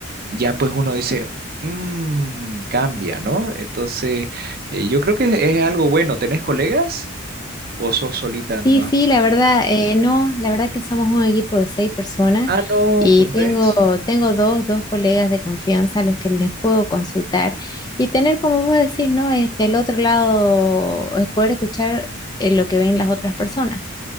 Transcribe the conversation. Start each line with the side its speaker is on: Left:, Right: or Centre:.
Right: ya pues uno dice, "Mm, cambia, ¿no? Entonces, eh, yo creo que es, es algo bueno. ¿Tenés colegas o sos solita nomás?
Left: Sí, sí,
Right: vos?
Left: la verdad, eh, no, la verdad que somos un equipo de seis personas
Right: Ah, no,
Left: y
Right: pues
Left: tengo,
Right: ves.
Left: tengo dos, dos colegas de confianza a los que les puedo consultar y tener, como vos decís, ¿no? Este, el otro lado, eh, poder escuchar eh, lo que ven las otras personas.